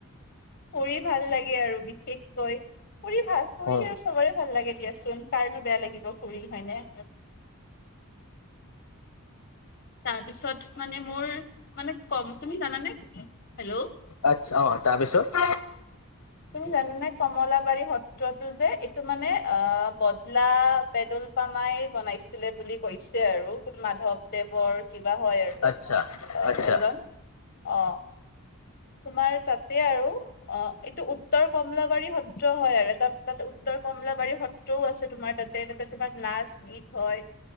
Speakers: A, on the left; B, on the left.
A: ফুৰি ভাল লাগে আৰু বিশেষকৈ ফুৰি ভাল, ফুৰি
B: অ
A: আৰু চবৰে ভাল লাগে দিয়াচোন। কাৰণো বেয়া লাগিব ফুৰি হয়নে? তাৰপিছত মানে মোৰ, মানে কম তুমি জানানে? হেল্ল'
B: আচ্ছা অৱ তাৰপিছত? <inaudible>
A: তুমি জানানে কমলাবাৰী সত্ৰতো যে এইটো মানে অ বদলা পেদল পামাই বনাই ছিলে বুলি কৈছে আৰু কোন মাধৱদেৱৰ কিব কিবা হয় আৰু
B: আচ্ছা
A: অ
B: আচ্ছা
A: এজন অৱ তোমাৰ তাতে আৰু অ এইটো উত্তৰ কমলাবাৰী সত্ৰ হয় আৰু এটা তাত উত্তৰ কমলাবাৰী সত্ৰও আছে তোমাৰ তাতে-তাতে তোমাৰ নাচ, গীত হয়